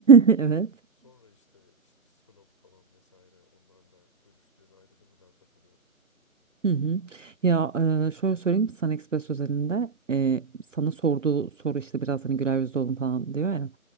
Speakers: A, on the right; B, on the left.
A: <laughs> Evet.
B: Sonra işte, işte psikolog falan vesaire onlarla görüştüğün ayrı bir mülakat oluyordu.
A: Hı hı. Ya e, şöyle söyleyeyim Sun Express özelinde e, sana sorduğu soru işte biraz hani güler yüzlü olun falan diyor ya.